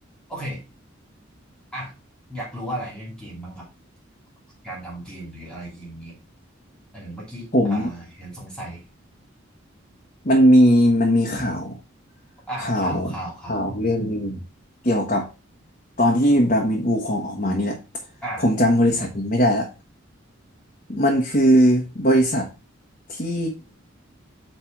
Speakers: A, in the centre; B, on the left.
A: โอเคอ่ะอยากรู้อะไรเรื่องเกมบ้างครับ การทำเกมหรืออะไรอย่างเงี้ยเออเมื่อกี้อ่าเห็นสงสัย
B: ผมมันมีมันมีข่าว
A: อ่าข่าวข่าวข่าว
B: ข่าวข่าวเรื่องหนึ่งเกี่ยวกับตอนที่แบล็กมิดวูคองออกมานี่แหละ
A: อ่า
B: ผมจำบริษัทมันไม่ได้ละมันคือบริษัทที่